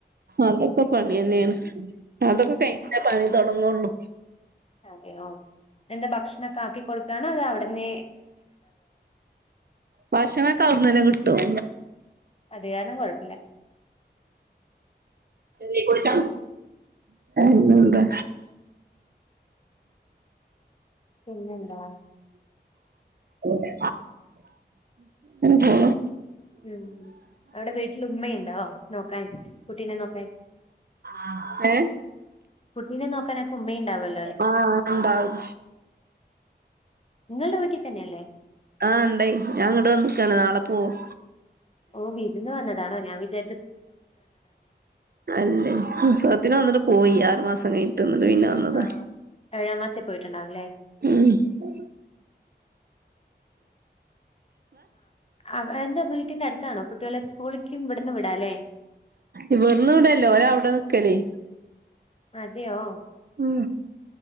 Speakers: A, on the right; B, on the left.
A: അതൊക്കെ പണി തന്നെയാണ് അതൊക്കെ കഴിഞ്ഞിട്ടേ പണി തുടങ്ങുള്ളൂ
B: അതെയോ എന്താ ഭക്ഷണൊക്കെ ആക്കി കൊടുക്കണോ അത് അവിടന്നേ
A: ഭക്ഷണമൊക്കെ അവിടെന്നുതന്നെ കിട്ടും
B: അത് കാരണം കുഴപ്പില്ല
A: ഈശ്വരാ എന്നായുള്ളെ
B: പിന്നെ എന്താവാ
A: ങ്ങന പോ
B: ഉം അവിടെ വീട്ടിൽ ഉമ്മയുണ്ടോ നോക്കാൻ കുട്ടിനെ നോക്കാൻ
A: ആഹ്
B: കുട്ടിനെ നോക്കാനൊക്കെ ഉമ്മയുണ്ടാവല്ലോ
A: ആഹ് ഉണ്ടാവും
B: നിങ്ങളുടെ വീട്ടിൽ തന്നെയല്ലേ
A: ആഹ ഇണ്ടയ് ഞാൻ ഇങ്ങട്ട് വന്നക്കാണ് നാളെ പോവും
B: ഓ വിരുന്ന് വന്നതാണോ ഞാൻ വിചരിച്ച
A: അല്ലേ ഉത്സവത്തിന് വന്നിട്ട് പോയി ആറു മാസം കഴിഞ്ഞിട്ട് ന്ന പിന്നെ വന്നതാ
B: ആ, ഏഴാം മാസത്തിൽ പോയിട്ടുണ്ടാവും അല്ലേ
A: ഉം ആഹ
B: ആഹ് എന്താ വീട്ടിന്റെ അടുത്താണോ കുട്ടികളെ സ്കൂളിക്കും ഇവിടുന്ന് വിടാല്ലേ
A: ഇവിടുന്ന് വിടല്ലോ ഒരവിടെ നിക്കലേ
B: അതെയോ
A: ഉം